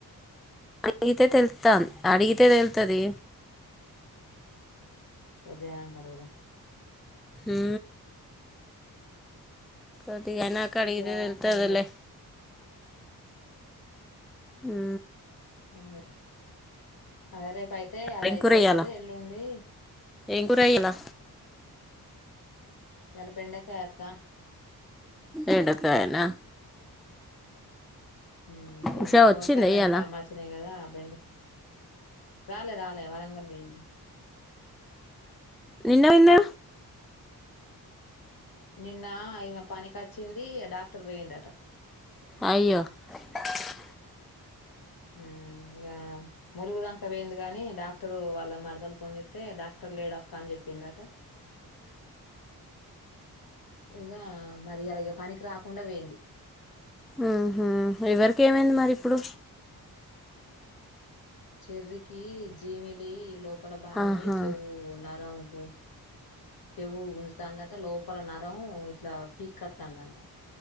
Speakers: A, in the centre; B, on the left (about 65°).
A: అడిగితే తెలుతా అడిగితే తెలుతది
B: ఉదయానంక అడుగుదాం
A: ఉ ఓటి అయినాక అడిగితే
B: ఉదయానంక
A: తెలుతదిలే
B: అడుగుదాం
A: ఉ
B: అదే ఆ రేపు అయితే అది
A: ఏం
B: అయిపోతది
A: కూర ఇయ్యాల
B: ఎల్లుండీ.
A: ఏం కూర ఇయలా.
B: ఇయాల బెండ్ కాయ్ అక్కా.
A: ఏడక్వయనా
B: ఊ ఇ
A: ఉషా
B: నా సోర్కాయ
A: వచ్చిందా
B: బండకాయ
A: ఇయ్యాల
B: అమ్మాచిన కదా బెండ రాలే రాలే వరంగల్ పోయింది
A: విన్న విన్న
B: నిన్న ఈమె పనికచ్చింది ఇగ డాక్టర్ వేయిండట
A: అయో <unintelligible>
B: ఊ ఇగ మురుగుదాంక వయిందిగాని డాక్టర్ వాళ్ళ మరదలు పోన్ జేత్ తే డాక్టర్ లేడక్క అని చెప్పిందట ఇగ మరి అలాగ పనికి రాకుండా వేయింది
A: ఆహ ఎవరికి ఏమైంది మరి ఇప్పుడు
B: చెర్రీకి జీమిలి లో ల బాగాయి
A: ఆహా
B: చెవ్వూ నరం. ఓ చెవ్వూ గుంజుతాందట్ లోపల నరమ్మ్ ఇట్లా పీక్కతాందంట.